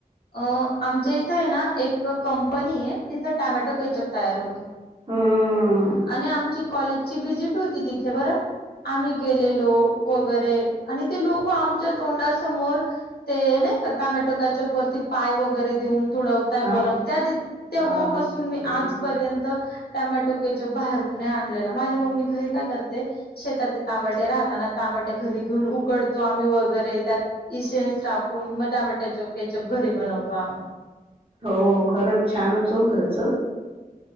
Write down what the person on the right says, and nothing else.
हम्म
हा
बापरे
हो खरंच छानच हो घरच